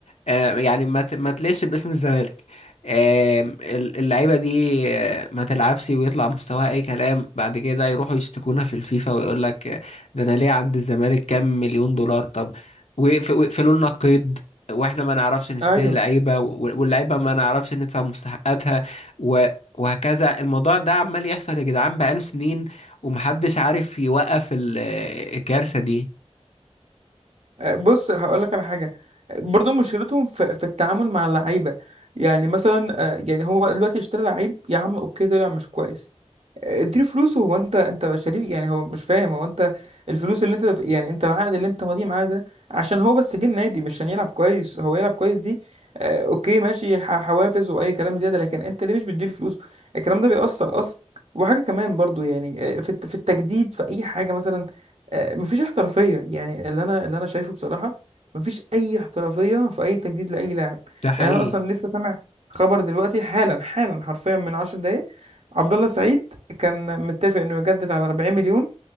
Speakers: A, on the left; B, on the right.
A: آه، يعني ما ت- ما تليش باسم الزمالك آه، ال- اللعيبه دي آه، ما تلعبش ويطلع مستواها اي كلام بعد كده يروحوا يشتكونا في الفيفا ويقول لك آه، ده انا ليه عند الزمالك كام مليون دولار طب ويقف- ويقفلوا لنا القيد واحنا ما نعرفش نشتري
B: ايوه
A: لعيبه و- واللعيبه ما نعرفش ندفع مستحقاتها و- وهكذا الموضوع ده عمال يحصل يا جدعان بقاله سنين ومحدش عارف يوقف ال- الكارثه دي
B: آه، بص هقول لك على حاجه برضو مشكلتهم في, في التعامل مع اللعيبه يعني مثلا آه، يعني هو دلوقتي اشترى لعيب يا عم اوكي طلع مش كويس اديله فلوسه هو انت انت شريك يعني هو مش فاهم هو انت الفلوس اللي انت يعني انت العقد اللي انت ماضيه معاه ده عشان هو بس جه النادي مش عشان يلعب كويس هو يلعب كويس دي آه اوكي ماشي ح- حوافز واي كلام زياده لكن انت ليه مش بتديله فلوس الكلام ده بيأثر اصلا وحاجه كمان برضو يعني آه، في الت- في التجديد في اي حاجه مثلا آه، مفيش احترافيه يعني اللي انا اللي انا شايفه بصراحه مفيش اي احترافيه في اي تجديد لاي لاعب
A: ده حقيقي
B: يعني انا اصلا لسه سامع خبر دلوقتي حالا حالا حرفيا من 10 دقايق عبد الله السعيد كان متفق انه يجدد على 40 مليون